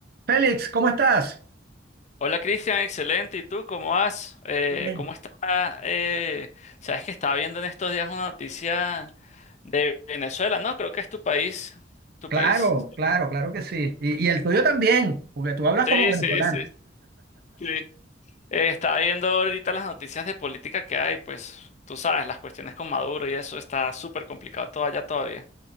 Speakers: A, on the right; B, on the left.
A: Félix, ¿cómo estás?
B: Hola Cristian, excelente. ¿Y tú cómo vas? Eh,
A: Bien.
B: ¿cómo está? eh, sabes que estaba viendo en estos días una noticia de Venezuela, ¿no? Creo que es tu país. ¿Tu
A: Claro,
B: país?
A: claro, claro que sí. Y, y el tuyo también, porque tú hablas
B: Sí,
A: como venezolano.
B: sí, sí, sí. Eh, estaba viendo ahorita las noticias de política que hay, pues tú sabes, las cuestiones con Maduro y eso está súper complicado todo allá todavía.